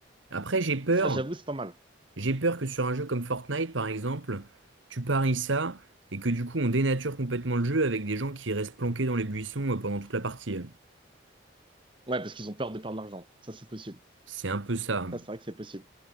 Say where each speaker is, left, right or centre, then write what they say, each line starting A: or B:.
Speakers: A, on the right (about 80°); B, on the right (about 25°).
A: Après, j'ai peur.
B: Ça, j'avoue, c'est pas mal.
A: J'ai peur que sur un jeu comme Fortnite, par exemple, tu paries ça et que du coup on dénature complètement le jeu avec des gens qui restent planqués dans les buissons euh, pendant toute la partie.
B: Ouais, parce qu'ils ont peur de perdre de l'argent. Ça, c'est possible.
A: C'est un peu ça.
B: Ça, c'est vrai que c'est possible.